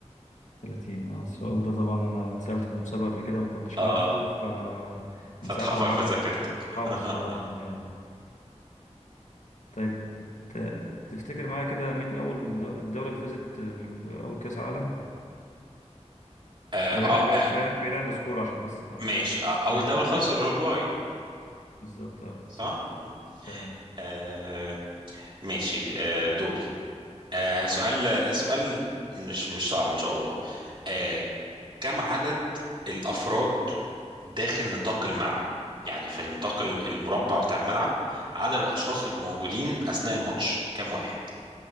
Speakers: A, on the left; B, on the right.
A: 30 آه، السؤال ده طبعا أنا اتسألته في مسابقة قبل كده ما كنتش
B: اه
A: عارفه فمن
B: فتح
A: ساعتها
B: حفر
A: هو معلق
B: في ذاكرتك
A: في- متحافظ
B: <laughs>
A: اه في دماغي طيب ت- تفتكر معايا كده مين أول د- الدولة اللي فازت بال- بأول كأس عالم؟
B: آه,
A: ده بعيد
B: اه
A: عن بعيد
B: آه،
A: بعيد بعيد عن السكور عشان بس ما
B: ماشي آه أول
A: <laughs>
B: دولة خالص الأوروجواي
A: بالظبط اه
B: صح؟
A: صح
B: مم.
A: تمام
B: آه ماشي آه دوري آه سؤال سؤال مش مش صعب ان شاء الله آه كم عدد الافراد داخل نطاق الملعب يعني في النطاق ال- المربع بتاع الملعب عدد الاشخاص اللي بيبقوا موجودين اثناء الماتش كم واحد